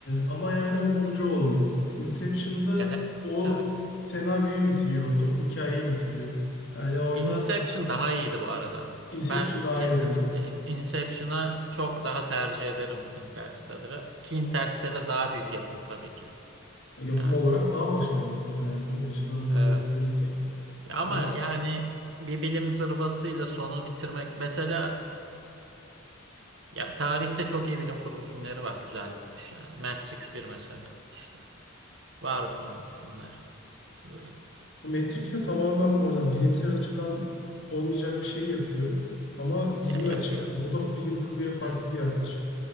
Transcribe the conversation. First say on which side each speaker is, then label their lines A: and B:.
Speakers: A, on the left; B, on the right.
A: ama yani o vurucu olmuyor. Inception'da
B: Yani
A: o
B: evet.
A: senaryoyu bitiriyor orada. O hikayeyi bitiriyor. Yani orada
B: Inception daha iyiydi bu arada.
A: Inception
B: Ben
A: daha
B: kesinlikle
A: iyi bence de.
B: In- Inception'a çok daha tercih ederim Interstellar'a. Ki Interstellar daha büyük yapım tabii ki.
A: Yapım
B: Yani
A: olarak daha başarılı bu yani o açıdan değerlendirirsek.
B: evet. Ya ama
A: Ama
B: yani bir bilim zırvasıyla sonu bitirmek mesela ya tarihte çok iyi bilim kurgu filmleri var güzel bitmiş yani. Matrix bir mesela işte. Var bunun gibi filmler. Ee,
A: Matrix'e tamamen bu arada bilimsel açıdan olmayacak bir şey yapıyor. Ama bilimi
B: ya yapıyor.
A: açıklıyor. O da bilim kurguya farklı
B: Evet.
A: bir yaklaşım.